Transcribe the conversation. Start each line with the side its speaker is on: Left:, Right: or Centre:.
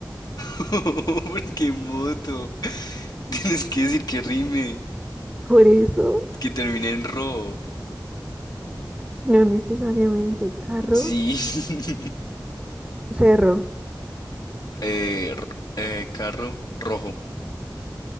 Left: <laughs> Porque moto. Tienes que decir que rime,
Right: Por eso,
Left: que termine en ro.
Right: no necesariamente carro.
Left: Sí. <laughs>
Right: Cerro.
Left: Eh, r- eh, carro rojo.